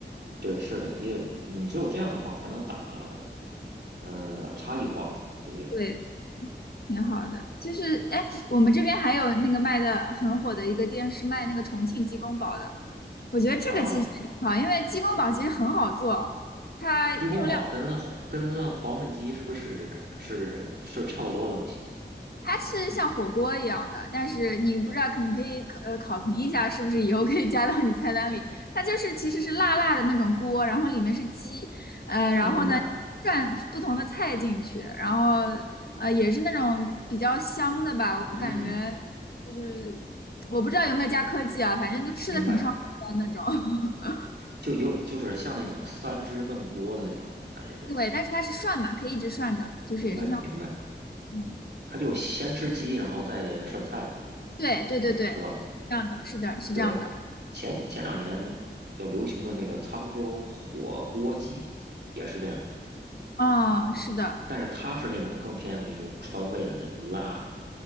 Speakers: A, on the right; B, on the left.
A: 对，是的，因为你只有这样的话，才能打呃差异化嘛，对不对？
B: 对，挺好的。就是哎，我们这边还有那个卖的很火的一个店，是卖那个重庆鸡公煲的。我觉得这个其实也挺好，
A: 啊，
B: 因为鸡公煲其实很好做，它用料
A: 鸡公煲跟跟黄焖鸡是不是是是差不多的东西？
B: 它是像火锅一样的，但是你不知道，你可以考呃考评一下，是不是以后可以加到你菜单里。它就是其实是辣辣的那种锅，然后里面是鸡，呃，
A: 哦，
B: 然后呢涮不同的菜进去，
A: 明白，
B: 然后呃也是那种比较香的吧，我感觉
A: 嗯，
B: 就是我不知道有没有加科技啊，反正就吃的挺上头的那种。
A: 明白，
B: <laughs>
A: 就有就是像那种三汁焖锅的那种感觉呗，
B: 对，但是它是涮嘛，可以一直涮的，就是也是像火锅，
A: 明白明白，
B: 嗯，
A: 它就是先吃鸡，然后再涮菜
B: 对对对对，
A: 的那种，是吧？
B: 是这样的，是的，是这样的，
A: 对，前前两年比较流行的那个沧州火锅鸡也是这样，
B: 啊、是的。
A: 但是它是那种更偏向于就是川味的那种辣，